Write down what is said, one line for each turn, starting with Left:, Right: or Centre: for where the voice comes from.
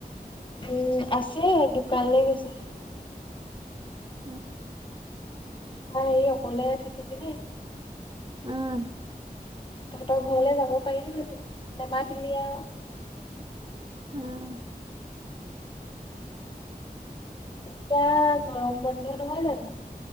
Left: উম আছে দোকানলে গৈছে।
Right: উম,।
Left: আহ সি অকলে থাকিলি দেই।
Right: উম।
Left: তহঁতৰ ঘৰলে যাব পাৰিলো হেতেন। নামাতিলি আৰু।
Right: উম।
Left: এতিয়া গৰম বন্ধ নহয় জানো?